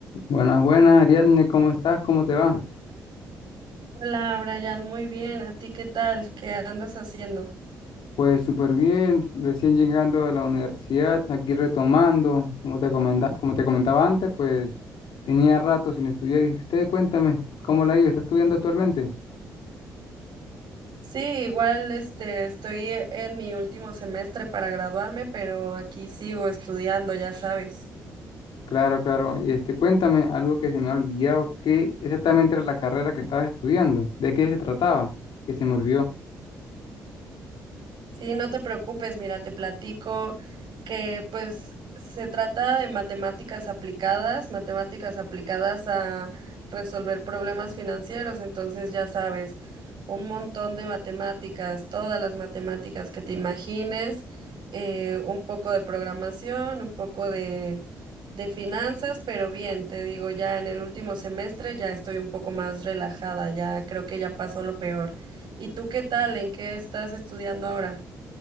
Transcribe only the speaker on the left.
Buenas, buenas, Ariadne, ¿cómo estás? ¿Cómo te va?
Pues súper bien, recién llegando de la universidad, aquí retomando, como te comenta- como te comentaba antes, pues tenía rato sin estudiar y usted cuéntame, ¿cómo la ha ido? ¿Está estudiando actualmente?
Claro, claro, y este, cuéntame algo que se me ha olvidado, ¿qué exactamente era la carrera que estabas estudiando? ¿De qué se trataba? Que se me olvidó.